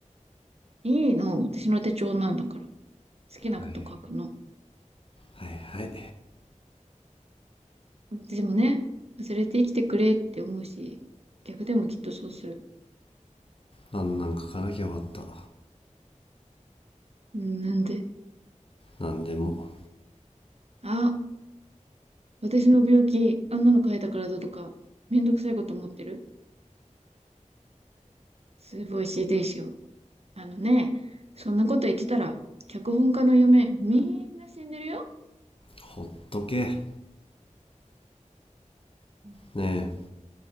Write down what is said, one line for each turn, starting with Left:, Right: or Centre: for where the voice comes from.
Right: いいの。私の手帳なんだから。好きなこと書くの。
Left: はいはいはい
Right: でもね、忘れて生きてくれって思うし、逆でもきっとそうする。
Left: あんなん書かなきゃよかった
Right: うん、なんで。
Left: なんでも
Right: あ、私の病気、あんなの書いたからだとか、めんどくさいこと思ってるすごい CD しよあのね、そんなこと言ってたら、脚本家の嫁、みんな死んでるよ。
Left: ほっとけ
Right: うん
Left: ねえ